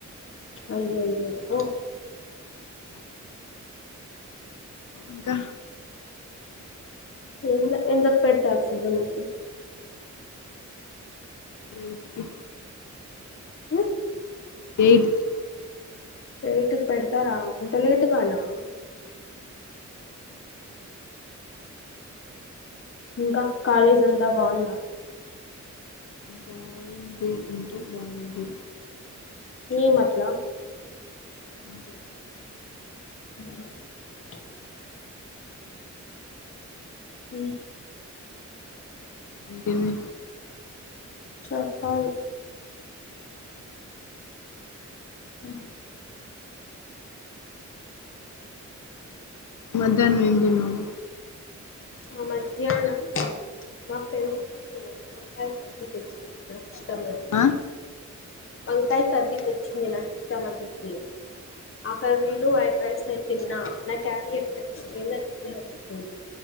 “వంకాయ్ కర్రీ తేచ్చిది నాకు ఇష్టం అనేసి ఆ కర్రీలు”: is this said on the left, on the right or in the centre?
Left